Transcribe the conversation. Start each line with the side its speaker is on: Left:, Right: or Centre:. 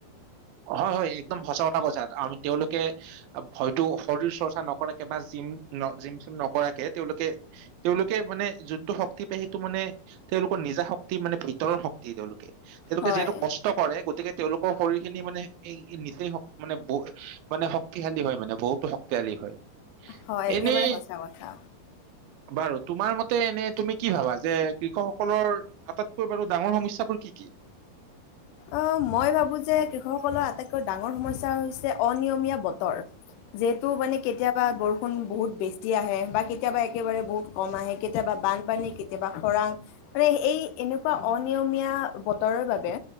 Right: হয় হয়, একদম সচা কথা কথা কৈছা, তেওঁলোকে হয়তো শৰীৰ চৰ্চা নকৰাকে বা জিম, জিম চিম নকৰাকে তেওঁলোকে তেওঁলোকে মানে যোনটো শক্তি পায় সেইটো মানে তেওঁলোকৰ নিজা শক্তি মানে ভিতৰৰ শক্তি দি তেওঁলোকে, তেওঁলোকে
Left: হয়
Right: যিহেতু কষ্ট কৰে গতিকে তেওঁলোকৰ শৰীৰ স খিনি মানে, এই নিচেই মানে ব মানে শক্তিশালী হয় মানে বহুতো শক্তিশালী হয়।
Left: হয় একেবাৰে
Right: এনেই
Left: সঁচা কথা।
Right: বাৰু তোমাৰ মতে এনে তুমি কি ভাবা যে কৃষকসকলৰ আটাইতকৈ বাৰু ডাঙৰ সমস্যাবোৰ কি কি?
Left: অ' মই ভাবো যে কৃষকসকলৰ আটাইতকৈ ডাঙৰ সমস্যা হৈছে অনিয়মীয়া বতৰ। যিহেতু মানে কেতিয়াবা বৰষুণ বহুত বেছি আহে বা কেতিয়াবা একেবাৰে বহুত কম আহে, কেতিয়াবা বানপানী, কেতিয়াবা খৰাং মানে এই এনেকুৱা অনিয়মীয়া বতৰৰ বাবে